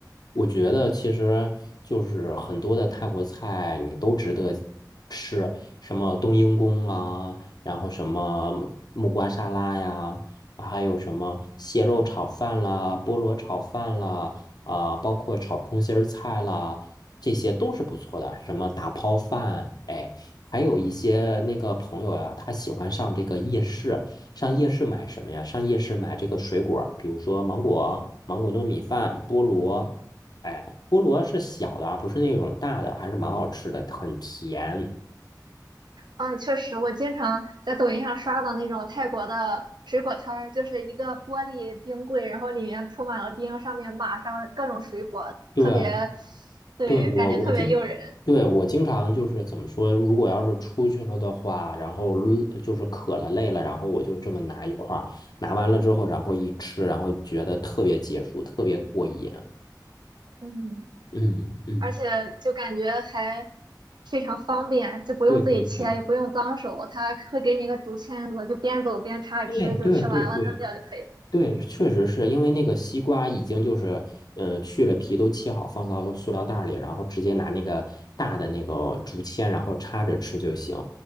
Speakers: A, on the left; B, on the right.
A: 我觉得其实就是很多的泰国菜你都值得吃，什么冬阴功啊，然后什么木木瓜沙拉呀，还有什么蟹肉炒饭啦、菠萝炒饭啦，啊、包括炒空心儿菜啦，这些都是不错的。什么打抛饭，哎，还有一些那个朋友呀、他喜欢上这个夜市，上夜市买什么呀？上夜市买这个水果，比如说芒果、芒果糯米饭、菠萝，哎，菠萝是小的啊，不是那种大的，还是蛮好吃的，很甜。
B: 嗯，确实，我经常在抖音上刷到那种泰国的水果摊儿，就是一个玻璃冰柜，然后里面铺满了冰，上面码上各种水果，
A: 对啊，
B: 特别，对，
A: 对，我我经，
B: 感觉特别诱人，
A: 对，我经常就是怎么说，如果要是出去了的话，然后累就是渴了累了，然后我就这么拿一块儿，拿完了之后，然后一吃，然后觉得特别解暑，特别过瘾。
B: 嗯，
A: 嗯嗯，
B: 而且就感觉还非常方便，就不用自己切，
A: 对对对
B: 也不用脏手，他会给你一个竹签子，就边走边插着吃，
A: 对对对对，
B: 就吃完了扔掉就可以了。
A: 对，确实是因为那个西瓜已经就是，呃，去了皮都切好，放到塑料袋儿里，然后直接拿那个大的那个竹签，然后插着吃就行。